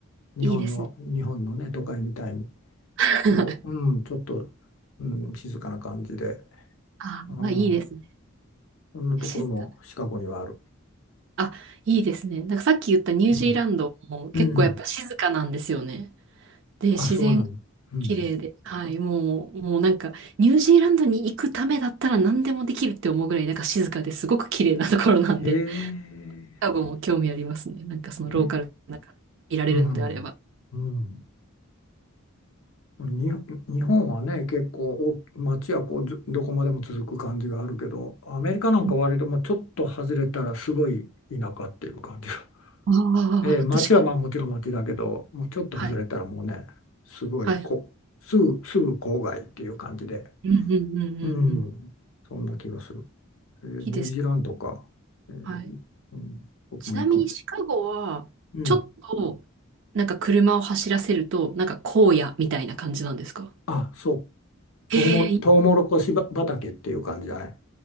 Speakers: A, on the left; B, on the right.
A: 日本の、
B: いいですね。
A: 日本のね、都会みたいに、
B: <laughs>
A: こう、うん、ちょっと、うん、静かな感じで、
B: あー、
A: うん、
B: まあ、いいですね。
A: そんなところもシカゴにはある。
B: 静か。あ、いいですね。なんかさっき言ったニュージーランドも結構やっぱ静かなんですよね。
A: うん、うん、
B: で、
A: あ、
B: 自然が
A: そうなんだ。うん、
B: 綺麗で、はい、もう、もうなんかニュージーランドに行くためだったら何でもできるって思うぐらいなんか静かですごく綺麗なところなんで、
A: へえ、
B: <laughs> シカゴも興味ありますね。なんかそのローカルなんかいられるのであれば。
A: ううん、うん。に日本はね結構お街はこうずどこまでも続く感じがあるけどアメリカなんか割ともうちょっと外れたらすごい田舎っていう感じが、
B: うん
A: <laughs>
B: ああ、
A: ええ街はまあもちろん街だけどもうちょっと外れたらもうねすごいこすぐすぐ郊外っていう感じで
B: 確かに。はい。はい。うんうんうんうんうん。
A: うんそんな気がする、えーニュージーランドか、
B: いいです。
A: ええ
B: はい。
A: うん、僕もいいかもし
B: ちなみにシカゴは、
A: れない、
B: ちょっと、
A: うん、
B: なんか車を走らせると、なんか荒野みたいな感じなんですか
A: あそうトウモロ、
B: ええい
A: トウモロコシば畑っていう感じだね